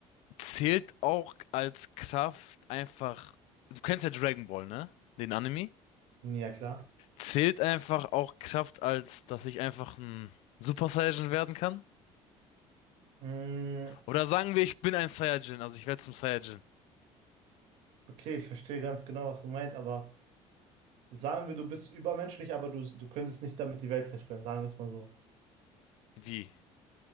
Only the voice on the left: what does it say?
zählt auch als Kraft einfach. Du kennst ja Dragon Ball, ne? Den Anime.
Zählt einfach auch Kraft als, dass ich einfach ein Super Saiyajin werden kann?
Oder sagen wir, ich bin ein Saiyajin, also ich werde zum Saiyajin.
Wie?